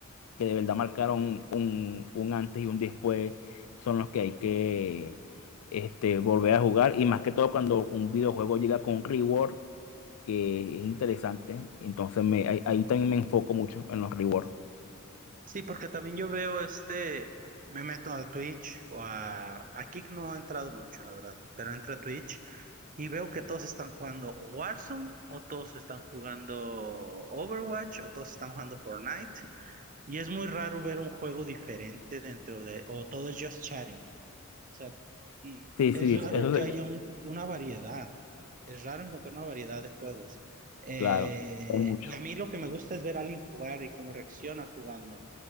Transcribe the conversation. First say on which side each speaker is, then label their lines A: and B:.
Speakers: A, on the left; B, on the right.
A: que de verdad marcaron un, un antes y un después son los que hay que este, volver a jugar y más que todo cuando un videojuego llega con un reward que es interesante, entonces me, ahí, ahí también me enfoco mucho en los rewards.
B: Sí, porque también yo veo este, me meto a Twitch o a, a Kick no he entrado mucho, la verdad, pero entro a Twitch y veo que todos están jugando o Warzone o todos están jugando Overwatch o todos están jugando Fortnite y es muy raro ver un juego diferente dentro de, o todo es just chatting. O sea, mm,
A: Sí, sí,
B: es raro
A: eso, de-
B: que haya un- una variedad, es raro encontrar una variedad de juegos. Eh,
A: claro, es mucho,
B: y a mí lo que me gusta es ver a alguien jugar y cómo reacciona jugando.